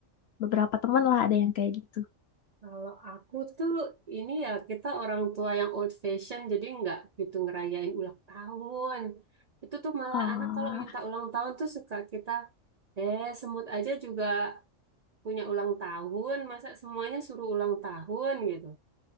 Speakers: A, on the left; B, on the right.
A: Beberapa teman lah ada yang kayak gitu.
B: Kalau aku tuh ini ya kita orang tua yang old fashion jadi nggak gitu ngerayain ulang tahun. Itu tuh malah
A: Oh,
B: anak kalau minta ulang tahun tuh suka kita eh semut aja juga punya ulang tahun, masa semuanya suruh ulang tahun gitu.